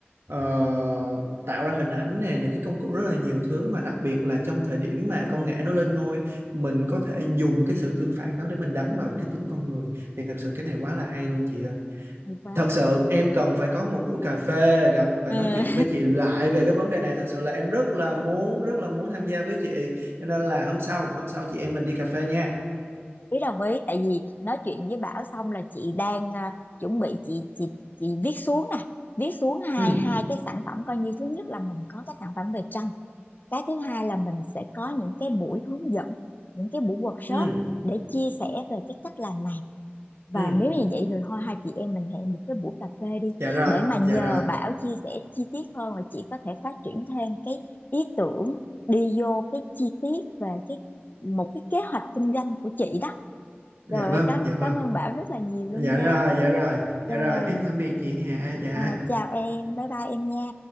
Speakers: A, on the right; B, on the left.
A: ờ, tạo ra hình ảnh nè những cái công cụ rất là nhiều thứ mà đặc biệt là trong thời điểm mà công nghệ nó lên ngôi mình có thể dùng cái sự tương phản đó để mình đánh vào cái tính con người thì thật sự cái này quá là hay luôn chị ơi
B: hay quá
A: thật sự em cần phải có một buổi cà phê gặp và
B: ừ.
A: nói chuyện với chị lại về cái vấn đề này thật sự là em rất là muốn rất là muốn tham gia với chị cho nên là hôm sau hôm sau chị em mình đi cà phê nha
B: ý đồng ý tại vì nói chuyện với Bảo xong là chị đang à, chuẩn bị chị chị chị viết xuống nè viết xuống hai
A: ừ
B: hai cái sản phẩm coi như thứ nhất là mình có cái sản phẩm về tranh cái thứ hai là mình sẽ có những cái buổi hướng dẫn những cái buổi workshop
A: ừ
B: để chia sẻ về cái cách làm này và
A: ừ
B: nếu như vậy thì thôi hai chị em mình hẹn một cái buổi cà phê đi
A: dạ rồi
B: để mà nhờ
A: dạ rồi
B: Bảo chia sẻ chi tiết hơn và chị có thể phát triển thêm cái ý tưởng đi vô cái chi tiết về cái một cái kế hoạch kinh doanh của chị đó
A: dạ
B: trời
A: vâng
B: ơi cảm
A: dạ vâng
B: cảm ơn Bảo rất là nhiều
A: dạ
B: luôn nha
A: rồi dạ rồi dạ
B: rồi
A: rồi em tạm biệt chị Hạ dạ
B: à, chào em bye bye em nha